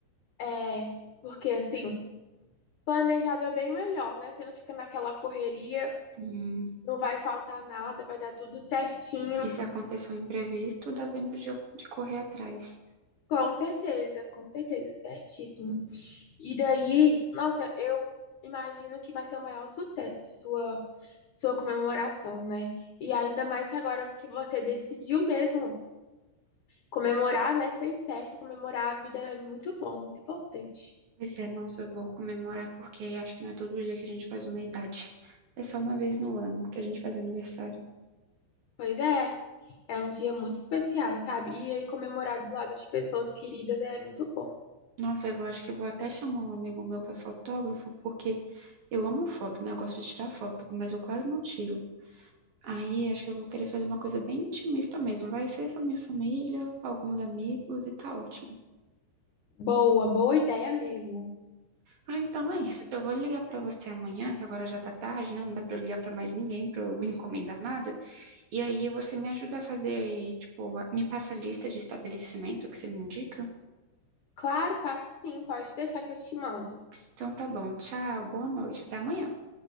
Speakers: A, on the left; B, on the right.
A: é, porque assim, planejado é bem melhor, né? Você não fica naquela correria,
B: Sim.
A: não vai faltar nada, vai dar tudo certinho.
B: E se acontecer um imprevisto, dá tempo de, eu- de correr atrás.
A: Com certeza, com certeza, certíssimo. E daí, nossa, eu imagino que vai ser o maior sucesso sua sua comemoração, né? E ainda mais que agora que você decidiu mesmo comemorar, né? Fez certo, comemorar a vida é muito bom, muito importante.
B: Pois é, nossa, eu vou comemorar porque acho que não é todo dia que a gente faz uma idade. É só uma vez no ano que a gente faz aniversário.
A: Pois é, é um dia muito especial, sabe? E aí comemorar do lado de pessoas queridas é muito bom.
B: Nossa, eu acho que eu vou até chamar um amigo meu que é fotógrafo, porque eu amo foto, né? Eu gosto de tirar foto, mas eu quase não tiro. Aí acho que eu vou querer fazer uma coisa bem intimista mesmo. Vai ser só minha família, alguns amigos e tá ótimo.
A: Boa, boa ideia mesmo.
B: Ah, então é isso. Eu vou ligar pra você amanhã, que agora já tá tarde, né? Não dá pra eu ligar pra mais ninguém pra eu <laughs> encomendar nada. E aí você me ajuda a fazer, tipo, me passa a lista de estabelecimento que você me indica?
A: Claro, passo sim, pode deixar que eu te mando.
B: Então tá bom, tchau, boa noite, até amanhã.